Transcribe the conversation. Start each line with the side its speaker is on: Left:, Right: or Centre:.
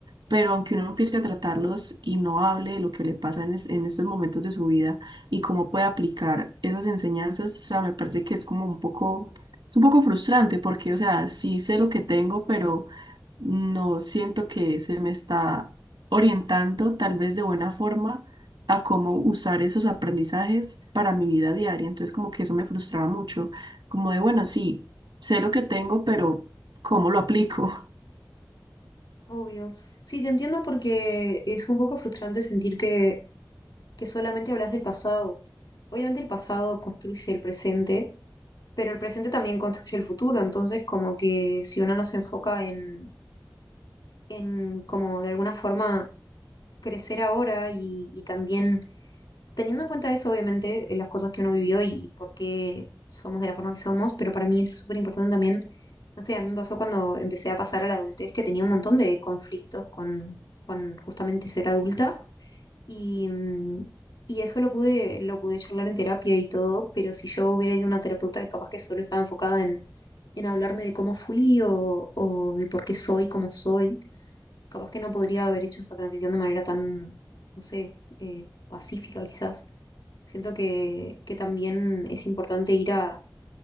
Right: Pero aunque uno empiece a tratarlos y no hable de lo que le pasa en, es- en estos momentos de su vida y cómo puede aplicar esas enseñanzas, o sea, me parece que es como un poco, es un poco frustrante porque, o sea, sí sé lo que tengo, pero no siento que se me está orientando tal vez de buena forma a cómo usar esos aprendizajes para mi vida diaria. Entonces, como que eso me frustraba mucho, como de, bueno, sí, sé lo que tengo, pero ¿cómo lo aplico?
Left: Obvio. Sí, te entiendo porque es un poco frustrante sentir que, que solamente hablas del pasado. Obviamente el pasado construye el presente, pero el presente también construye el futuro. Entonces, como que si uno no se enfoca en, en como de alguna forma crecer ahora y, y también teniendo en cuenta eso, obviamente, eh, las cosas que uno vivió y por qué somos de la forma que somos, pero para mí es súper importante también, no sé, a mí me pasó cuando empecé a pasar a la adultez que tenía un montón de conflictos con, con justamente ser adulta y, mm, y eso lo pude, lo pude charlar en terapia y todo, pero si yo hubiera ido a una terapeuta que capaz que solo estaba enfocada en, en hablarme de cómo fui o, o de por qué soy como soy, capaz que no podría haber hecho esa transición de manera tan, no sé, eh, pacífica quizás. Siento que, que también es importante ir a,